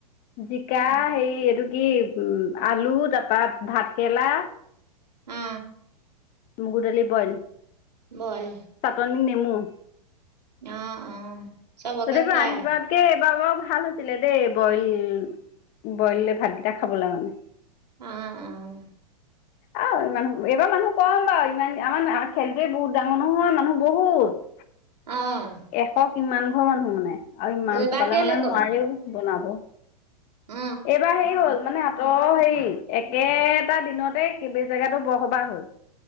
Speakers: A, on the left; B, on the right.
A: জিকা
B: অ
A: হেৰি এইটো কি উম আলু তাৰপা ভাত কেৰেলা।
B: অ
A: মগু দালি বইল।
B: বইল
A: চাটনি নেমু
B: অ' আহ অ'। চবকে
A: <unintelligible>
B: খুৱাই
A: আন কিবাত কে এইবাৰ বাৰু ভাল হৈছিলে দেই বইল বইল ভাতকেইটা খাবলৈ মানে।
B: অ', অ'।
A: আৰু ইমান এবাৰ মানুহ কম বাৰু ইমান আমাৰ খেলটোৱে বহুত ডাঙৰ নহয় মানুহ বহুত। <inaudible>
B: অ'।
A: এশ কিমান ঘৰ মানুহ মানে আৰু ইমান
B: এইবাৰ
A: খোপালে
B: কেলে
A: মানে নোৱাৰেও
B: কম
A: বনাব।
B: অ
A: এইবাৰ হেৰি হ'ল মানে ত হেৰি একেটা দিনতে কেইবে জেগাতো বৰসবাহ হ'ল।